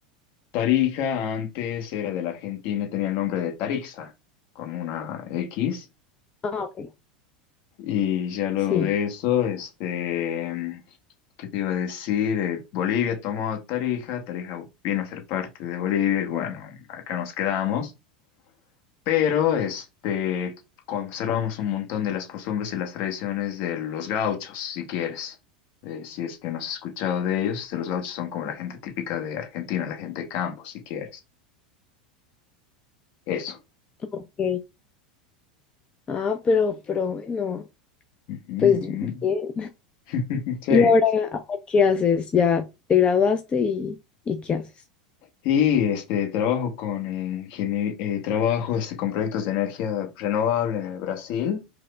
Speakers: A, on the left (about 55°); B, on the left (about 25°).
A: Tarija antes era de la Argentina, y tenía el nombre de Tarixa con una X
B: Ah, ok.
A: y ya luego
B: Sí,
A: de eso, este, ¿qué te iba a decir? Eh, Bolivia tomó Tarija, Tarija vino a ser parte de Bolivia y bueno, acá nos quedamos. pero este, conservamos un montón de las costumbres y las tradiciones de los gauchos, si quieres. Eh, si es que no has escuchado de ellos, este, los gauchos son como la gente típica de Argentina, la gente de campo, si quieres. Eso.
B: ok. Ah, pero, pero bueno,
A: Ujú,
B: pues bien.
A: ujú. <laughs> Sí.
B: ¿Y ahora, ahora qué haces? ¿Ya te graduaste y, y qué haces?
A: Y este trabajo con eh, ingenie- eh, trabajo este con proyectos de energía renovable en el Brasil